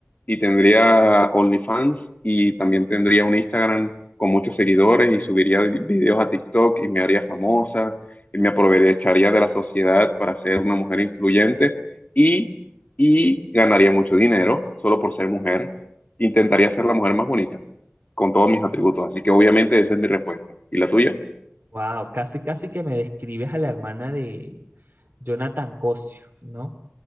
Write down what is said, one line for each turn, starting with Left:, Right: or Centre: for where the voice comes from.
Left: y tendría OnlyFans y también tendría un Instagram con muchos seguidores y subiría vi- videos a TikTok y me haría famosa y me aprovecharía de la sociedad para ser una mujer influyente y, y ganaría mucho dinero solo por ser mujer. Intentaría ser la mujer más bonita con todos mis atributos. Así que obviamente esa es mi respuesta. ¿Y la tuya?
Right: Wow, casi, casi que me describes a la hermana de, Jonathan Cosio, ¿no?